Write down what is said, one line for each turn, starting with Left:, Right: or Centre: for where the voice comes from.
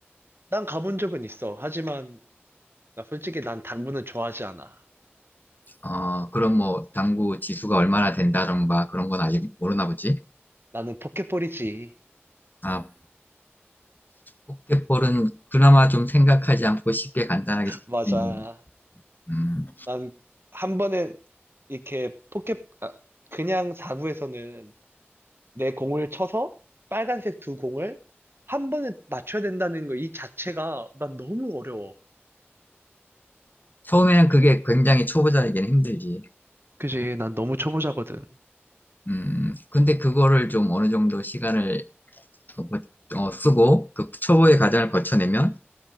Right: 난 가본 적은 있어. 하지만, 나 솔직히 난 당구는 좋아하지 않아.
Left: 어, 그럼 뭐 당구 지수가 얼마나 된다던가 그런 건 아직 모르나 보지.
Right: 나는 포켓볼이지.
Left: 아, 포켓볼은 그나마 좀 생각하지 않고 쉽게 간단하게 쓸수
Right: 맞아.
Left: 있는, 음,
Right: 난 한 번에 이렇게 포켓, 그냥 사구에서는 내 공을 쳐서 빨간색 두 공을 한 번에 맞춰야 된다는 거 이 자체가 난 너무 어려워.
Left: 처음에는 그게 굉장히 초보자에게는 힘들지.
Right: 그지, 난 너무 초보자거든.
Left: 음, 근데 그거를 좀 어느 정도 시간을 어, 어, 쓰고 그 초보의 과정을 거쳐내면